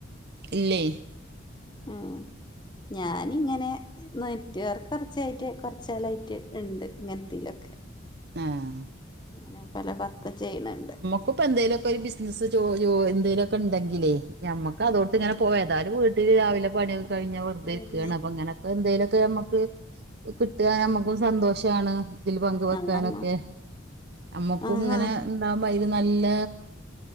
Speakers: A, on the right; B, on the left.
A: ഇല്ലയ്
B: ഉം ഞാനിങ്ങനെ നെറ്റ് വർക്ക് കൊർച്ചായിട്ട് കൊർച് കാലായിട്ട് ഇണ്ട് ഇങ്ങൻത്തെലൊക്കെ
A: ആഹ്
B: അങ്ങനെ പല വർക്ക് ചെയ്യ്ണ് ണ്ട്
A: ഇപ്പൊ എന്തേലോക്കെ ഒര് ബിസ്നസ് ജോ ജോ എന്തേലൊക്കെ ഇണ്ടെങ്കിലേ ഞമ്മക്ക് അതോട്ട്ങ്ങനെ പോ എതാലും വീ ട്ടില് രാവിലെ പണിയൊക്ക കഴിഞ്ഞാ വെർതെര്കാണ്
B: അതന്നെ
A: അപ്പൊ ഇങ്ങനൊക്കെ എന്തേലോക്കെ ഞമ്മ്ക്ക് കിട്ടാ നമ്മക്കും
B: ഉം
A: സന്തോഷാണ് ഇതില് പങ്ക് വെക്കാനൊക്കെ
B: ആഹ്
A: അമ്മക്കും
B: ആഹ്
A: ഇങ്ങനെ ണ്ടുവുമ്പ അയില് നല്ല